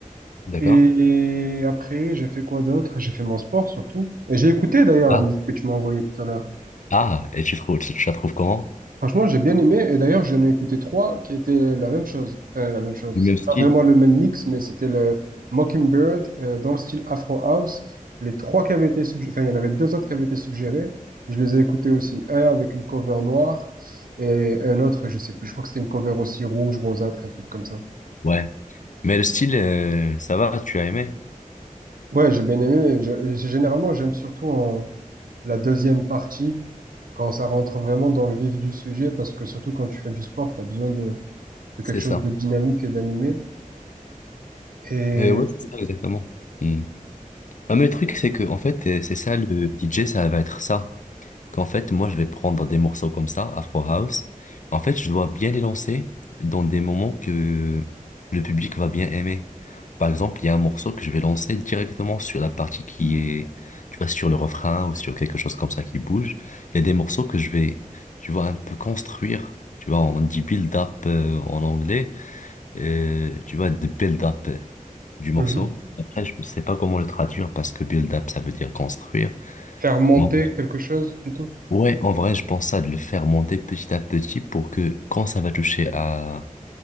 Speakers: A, on the left; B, on the right.
A: D'accord.
B: Et après, j'ai fait quoi d'autre? J'ai fait mon sport surtout. Et j'ai écouté d'ailleurs
A: Ah,
B: la musique que tu m'as envoyée tout à l'heure.
A: ah, et tu trouves, tu, tu la trouves comment?
B: Franchement, j'ai bien aimé. Et d'ailleurs, j'en ai écouté trois qui étaient la même chose. Enfin, la même chose.
A: Du même
B: C'était
A: style.
B: Pas vraiment le même mix, mais c'était le Mockingbird euh, dans le style Afro House. Les trois qui avaient été suggérés, enfin, il y en avait deux autres qui avaient été suggérés. Je les ai écoutés aussi. Un avec une cover noire et un autre, je sais plus. Je crois que c'était une cover aussi rouge, rosâtre, un truc comme ça.
A: Ouais. Mais le style, euh, ça va, tu as aimé.
B: Ouais, j'ai bien aimé. mais je- généralement, j'aime surtout en la deuxième partie, quand ça rentre vraiment dans le vif du sujet, parce que surtout quand tu fais du sport, tu as besoin de, de
A: C'est
B: quelque chose
A: ça.
B: de dynamique et d'animé, et
A: Euh, ouais, c'est ça, exactement. Hmm. Un autre truc, c'est que, en fait, euh, c'est ça, le DJ, ça va être ça. qu'en fait, moi, je vais prendre des morceaux comme ça, Afro House. En fait, je dois bien les lancer dans des moments que le public va bien aimer. Par exemple, il y a un morceau que je vais lancer directement sur la partie qui est, tu vois, sur le refrain ou sur quelque chose comme ça qui bouge. Il y a des morceaux que je vais, tu vois, un peu construire. Tu vois, on dit build-up en anglais. euh, tu vois, de build-up euh, du morceau.
B: Mhm.
A: Après, je ne sais pas comment le traduire parce que build-up, ça veut dire construire.
B: faire monter
A: Moi,
B: quelque chose plutôt.
A: Ouais, en vrai, je pense à de le faire monter petit à petit pour que quand ça va toucher à,